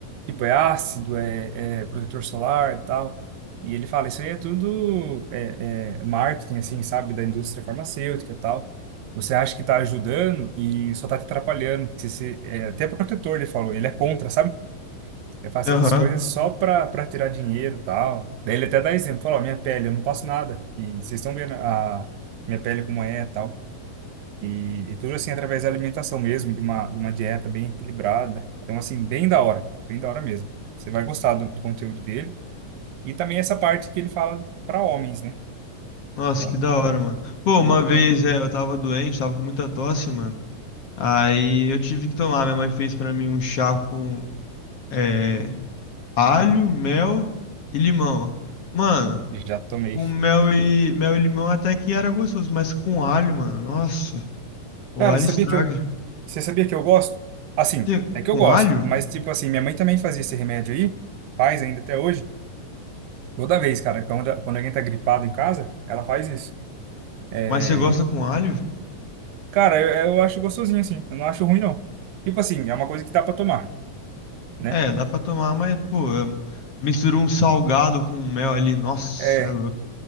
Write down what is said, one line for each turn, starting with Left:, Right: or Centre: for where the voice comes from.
Right: Tipo, é ácido, é, é protetor solar e tal. E ele fala, isso aí é tudo é, é marketing, assim, sabe? Da indústria farmacêutica e tal. Você acha que tá ajudando e só tá te atrapalhando. Você, se- é, até protetor, ele falou, ele é contra, sabe? É fazer
Left: Aham.
Right: essas coisas só pra, pra tirar dinheiro e tal. Daí ele até dá exemplo, falou, ó, minha pele, eu não passo nada. E vocês estão vendo a minha pele como é e tal. E, e tudo assim através da alimentação mesmo, de uma, de uma dieta bem equilibrada. Então, assim, bem da hora, cara, bem da hora mesmo. Você vai gostar do, do conteúdo dele. E também essa parte que ele fala para homens, né?
Left: Nossa,
Right: Então,
Left: que da hora, mano. Pô,
Right: bem
Left: uma
Right: legal.
Left: vez é, eu tava doente, tava com muita tosse, mano. Aí eu tive que tomar. Minha mãe fez pra mim um chá com é, alho, mel e limão. Mano,
Right: Já tomei.
Left: com mel e, mel e limão até que era gostoso, mas com alho, mano. Nossa, o
Right: Cara,
Left: alho
Right: sabia
Left: estraga.
Right: que eu, você sabia que eu gosto? Assim,
Left: Você-
Right: é que
Left: Com
Right: eu gosto,
Left: alho?
Right: mas tipo assim, minha mãe também fazia esse remédio aí, faz ainda até hoje. Toda vez, cara, quando, quando alguém tá gripado em casa, ela faz isso. É,
Left: Mas você gosta com alho?
Right: cara, eu, eu acho gostosinho assim, eu não acho ruim não. Tipo assim, é uma coisa que dá para tomar, né?
Left: É, dá pra tomar, mas, pô, é- mistura um salgado com mel ali. Nossa,
Right: É,
Left: é louco.